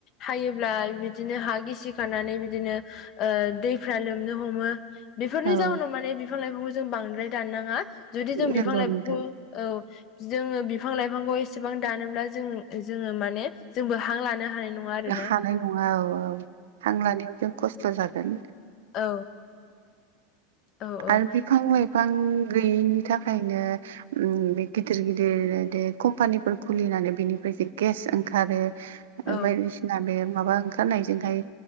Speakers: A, on the left; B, on the right.
A: थायोब्ला बिदिनो हा गिसि खानानै बिदिनो ओ दैफ्रा लोमनो हमो बेफोरनि
B: औ
A: जाउनाव माने बिफां लाइफांखौ जों बांद्राय दाननाङा जुदि जों बिफां
B: नंगौ
A: लाइफांखौ
B: नोंथां
A: औ जोङो बिफां लाइफांखौ एसेबां दानोब्ला जों जोङो माने जोंबो हां लानो हानाय नङा आरोना
B: हानाय नङा औ औ हां लानायाव जों खस्थ' जागोन
A: औ औ औ
B: आरो बिफां लाइफां गैयैनि थाखायनो उम बे गिदिर गिदिर कम्पानिफोर खुलिनानै बेनिफ्राय जे गेस ओंखारो
A: औ
B: बायदिसिना बे माबा ओंखारनायजोंहाय